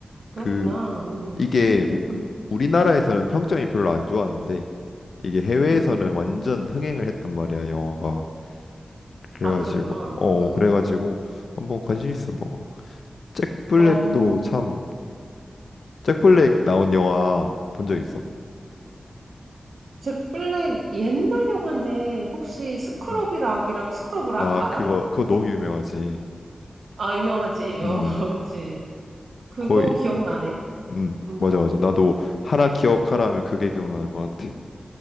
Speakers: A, on the right; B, on the left.
A: 그렇구나.
B: 그
A: 음,
B: 이게 우,
A: 음,
B: 우리나라에서는 평점이 별로 안 좋았는데 이게 해외에서는
A: 음.
B: 완전 흥행을 했단 말이야, 영화가. 그래가지고
A: 아, 그랬구나.
B: 어
A: 음.
B: 어, 그래가지고 한번 관심 있으면 봐봐. 잭 블랙도
A: 어,
B: 참 잭 블랙 나온 영화 본 적 있어?
A: 잭 블랙 옛날 영화인데 혹시 스크럽이락이라,
B: 음.
A: 스크럽락
B: 아
A: 알아?
B: 그거 그거 너무 유명하지.
A: 아, 유명하지.
B: 음
A: 어, <laughs> 그치. 그거
B: 거의
A: 기억나네.
B: 음
A: 음.
B: 맞아 맞아. 나도 하나 기억하라 하면 그게 기억나는 것 같아.